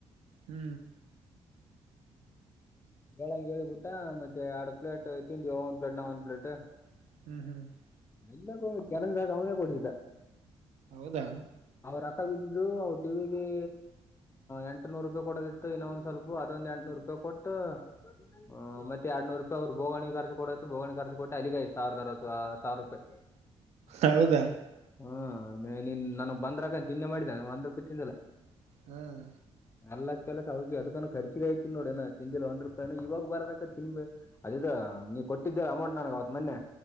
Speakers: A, on the right (about 80°); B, on the left (about 25°).
A: ಹಹೂ
B: ಬೆಳಂಗೆ ಹೇಳಿಬಿಟ್ಟ ಮತ್ತೆ ಎರಡು ಪ್ಲೇಟ್ ತಿಿಂದಿವ ಒಂದ್ ಪ್ಲೇಟ್ ನ ಒಂದ್ ಪ್ಲೇಟ್
A: <inaudible>
B: ಲ್ಲ ಕೆಲಂದಾಗ ಅವನೇ ಕೊಡತಿದ್ದ
A: ಹೌದಾ
B: ಅವ್ರ ರೊಕಾಬಿದ್ದು ಅವ್ರ ಟಿವಿಿಗೆ್ ಎಂಟುನೂರು ರೂಪಾಯಿ ಕೊಡದಿತ್ತು ಇನ್ನೊ ಒಂದ್ ಸ್ವಲ್ಪ ಅದೊಂದಂದು ಎಂಟುನೂರು ರೂಪಾಯಿ ಕೊಟ್ಟ ಹ್ಮ್ ಮತ್ತೆ ಎಡ್ನೂರು ರೂಪಾಯಿ ಅವ್ರು ಬೋಗವಿಖರ್ು ಕೊಡುತ್ತು ಬೋಗವಿಖರ್ಚು ಕೊಟ್ಟ ಅಲ್ಲಿಗೆ ಐದು ಸಾವಿರದ ಅವ ಸಾವರ ರೂಪಾಯಿ
A: ಹೌದಾ
B: ಹ್ಮನ್ ನನ್ಗ್ ಬಂದ್ರಕ ತಿನ್ನೆ ಮಾಡಿದ್ದ ಒಂದ ರುಪ್ಯ ತಿಂದಲ್ಲ
A: ಹ್ಮ್
B: ಅಲ್ಲ ಕೆಲಸ ಅವಿ ಅದಕ ಖರ್ಚಿಗ ಯತಿನ್ ನೋಡಏ ತಿಿಂದಿಿಲ್ಲ ಒಂದ್ ರೂಪಾಯ ಇವಾಗ ಬರದಕ ತಿನ್ ಅದ ಹ ನೀವು ಕೊಟ್ಟಿದ್ದರ ಅಮೌಂಟ್ ನನಗ್ ಅವತ್ ಮೊನ್ನೆ